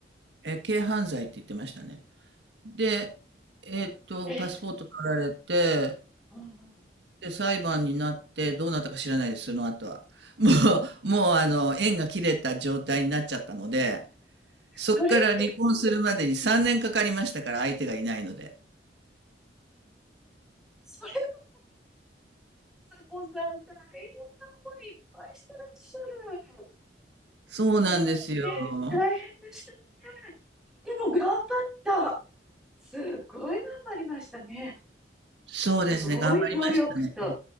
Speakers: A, on the right; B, in the centre.
A: えー軽犯罪って言ってましたね。で、えーっと、
B: え、
A: パスポート取られて、
B: うんうん。
A: で、裁判になってどうなったか知らないです、その後は。<laughs> もう、もうあの、縁が切れた状態になっちゃったので、そこから離婚するまでに3年かかりましたから、
B: それって、
A: 相手がいないので。
B: それも、つこさん大変な思いいっぱいしてらっしゃる。
A: そうなんですよ。
B: うんね、大変でした。でも頑張った。すごい頑張りましたね。
A: そうですね、
B: すごい努力と、
A: 頑張りましたね。